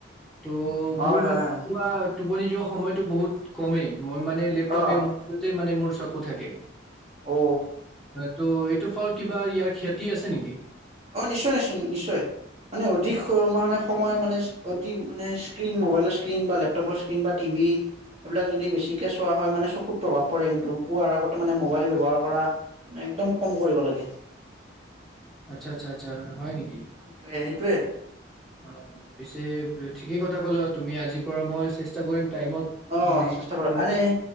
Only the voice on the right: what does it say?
হয়
হয় হয়
অ
অ
অ নিশ্চয় নিশ্চয় নিশ্চয় মানে অধিক মানে সময় মানে অতি মানে স্ক্ৰীন মোবাইলৰ স্ক্ৰীণ বা লেপটপৰ স্ক্ৰীণ বা টিভি এইবিলাক যদি বেছিকে চোৱা হয় মানে চকুত প্ৰভাৱ পৰে কিন্তু শোৱাৰ আগতে মানে মোবাইল ব্যৱহাৰ কৰা মে একদম কম কৰিব লাগে <inaudible>
সেইটোয়ে সেইটোৱে <inaudible>
অ'
চেষ্টা
কৰা আনে